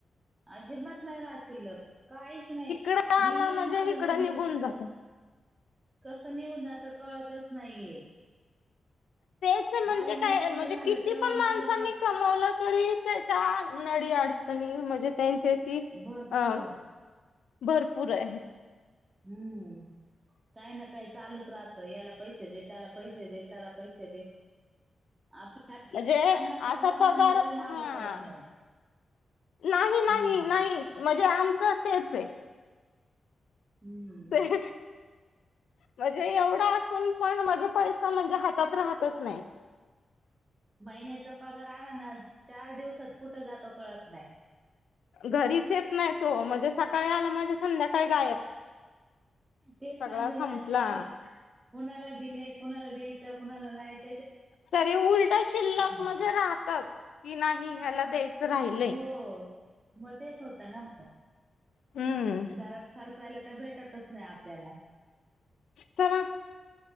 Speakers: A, on the right; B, on the left.
A: अजिबात नाही राहत शिल्लक काहीच नाही
B: इकडं आला
A: मी
B: म्हणजे
A: माझं
B: इकडं
A: लग्न.
B: निघून जातो.
A: कसं निघून जातं कळतच नाहीये.
B: तेच म्हणते
A: माझं नवीन
B: काय
A: लग्न
B: म्हणजे
A: झालं
B: किती
A: तेव्हा
B: पण
A: माझ्याकडं
B: माणसांनी कम. वल तरी त्याच्या नडी अडचणी म्हणजे त्यांचे ती
A: भरपूर
B: अ. भरपूर आहे.
A: हम्म काय ना काय चालूच राहतं याला पैसे. त्याला पैसे दे त्याला पैसे दे आप. आ
B: म्हणजे
A: पन्नास हजार
B: असा
A: म्हटलं
B: पगार
A: तरी
B: हा
A: माघ पडत नाही.
B: नाही
A: हम्म
B: नाही नाही म्हणजे आमचं तेच आहे.
A: हम्म
B: शेत म्हणजे एवढा असून. पण म्हणजे पैसा म्हणजे हातात राहतच नाही.
A: महिन्याचा पगार आला ना चार दिवसात कुठं जातो कळत नाही.
B: घरीच येत नाही तो म्हणजे सकाळी म्हणजे गायब.
A: ते सांगते
B: सगळा संपला
A: ना चार कोणाला दिलेय कोणाला द्यायचं कुणाला नाहीयच.
B: तरी उलट शिल्लक
A: नाही
B: म्हणजे राहतच की नाही. ह्याला द्यायचं राहिले
A: हो मग तेच होत ना मग.
B: हम्म
A: घरात खर्चायला तर भेटतच नाही आपल्याला.
B: चला